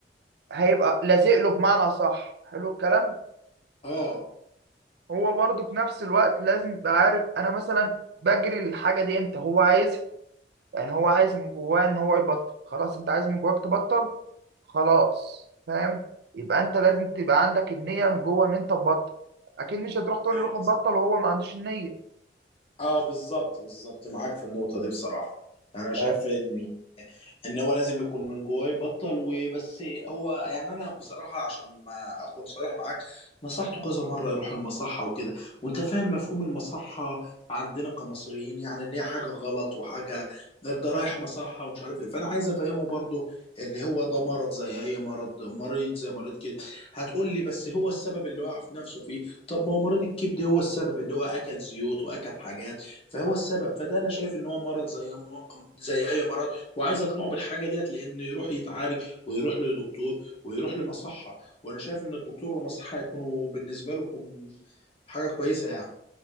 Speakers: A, on the right; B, on the left.
A: هيبقى لازق له بمعنى صح حلو الكلام
B: اه
A: هو برضه في نفس الوقت لازم يبقى عارف انا مثلا بجري للحاجه دي امتى هو عايز يعني هو عايز من جواه ان هو يبطل خلاص انت عايز من جواك تبطل خلاص فاهم يبقى انت لازم تبقى عندك النيه من جوه ان انت تبطل اكيد مش هتروح تقول
B: ايوه
A: له روح تبطل
B: بز-
A: وهو ما عندوش النيه
B: اه بالظبط بالظبط معاك في النقطه دي بصراحه يعني انا شايف
A: يعني
B: ان ان هو لازم يكون من جواه يبطل وبس هو يعني انا بصراحه عشان ما اكون صريح معاك نصحته كذا مره يروح المصحه وكده وانت فاهم مفهوم المصحه عندنا كمصريين يعني ان هي حاجه غلط وحاجه ده رايح مصحه ومش عارف ايه فانا عايز افهمه برضو اللي هو ده مرض زي اي مرض مريض زي مريض كده هتقول لي بس هو السبب اللي وقع في نفسه فيه طب ما هو مريض الكبد هو السبب اللي هو اكل زيوت واكل حاجات فهو السبب فده انا شايف ان هو مرض زي زي اي مرض وعايز اقنعه بالحاجه ديت لانه يروح يتعالج ويروح لدكتور ويروح لمصحه وانا شايف ان الدكتور والمصحه هيكونوا بالنسبه لكم حاجه كويسه يعني